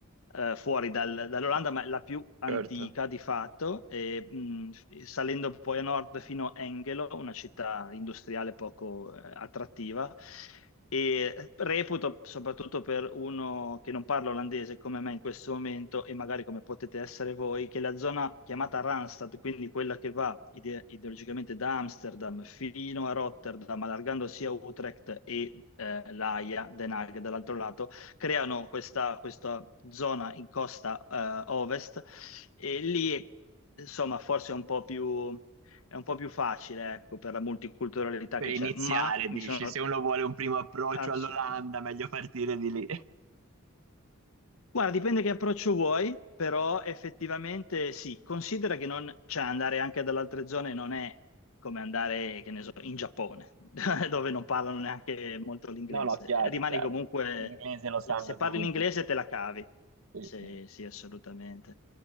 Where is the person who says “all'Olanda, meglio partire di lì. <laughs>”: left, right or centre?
Right